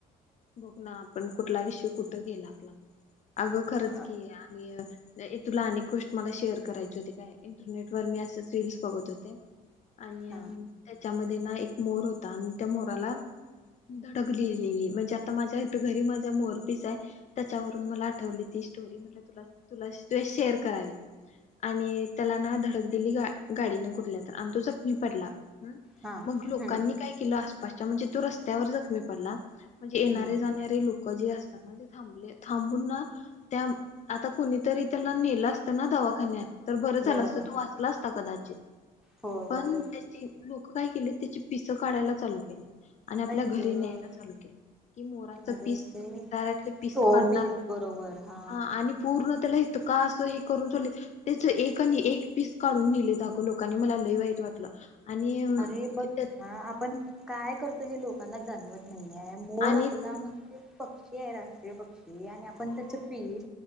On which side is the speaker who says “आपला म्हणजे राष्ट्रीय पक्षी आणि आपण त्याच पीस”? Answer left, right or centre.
Centre